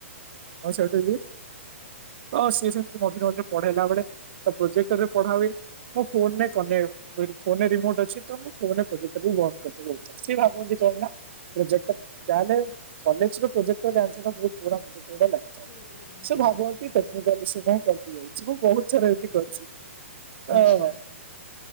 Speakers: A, on the right; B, on the left.
A: ଆଉ ସାର୍ କହିଲେ ଅ ସିଏ ସେ ମଝିରେ ମଝିରେ ପଢେଇଲା ବେଳେ ତ ପ୍ରୋଜେକ୍ଟରେ ପଢା ହୁଏ ମୋ ଫୋନରେ
B: ହଁ।
A: କନେ ଫୋନରେ ରିମୋଟ ଅଛି ତ ମୁଁ ଫୋନୋଟ ପ୍ରୋଜେକ୍ଟ ବନ୍ଦ କରିଦବି ୟା ଭିତରେ ସିଏ ଭାବନ୍ତି
B: ହୁଁ
A: କଣ ନା? ପ୍ରୋଜେକ୍ଟ ଯାହେଲେ କଲେଜରେ ପ୍ରୋଜେକ୍ଟ ବନ୍ଦ ହେବା ବହୁତ ପୁରୁଣା ପ୍ରୋଜେକ୍ଟ ଗୋଟା ଲାଗେ।
B: ହୁଁ ହୁଁ
A: ସେ
B: ହୁଁ।
A: ଭାବନ୍ତି ଟେକ୍ନିକାଲ ଇସୁ ପାଇଁ କଟି ଯାଇଛି ମୁଁ ବହୁତ ଥର ଏମିତି କରିଛି।
B: ଆଚ୍ଛା
A: ଅ ହ